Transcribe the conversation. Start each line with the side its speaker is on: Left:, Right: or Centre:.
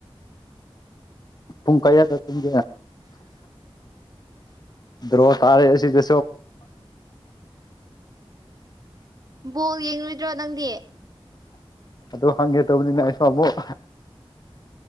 Left: ꯄꯨꯡ ꯀꯌꯥꯗ ꯊꯨꯝꯒꯦ ꯗ꯭ꯔꯣ ꯇꯥꯔꯦ ꯑꯁꯤꯗ
Right: ꯕꯣꯜ ꯌꯦꯡꯂꯣꯏꯗ꯭ꯔꯣ ꯅꯪꯗꯤ꯫
Left: ꯑꯗꯨ ꯍꯪꯒꯦ ꯇꯧꯕꯅꯤꯅ ꯑꯩꯁꯨ ꯑꯃꯨꯛ꯫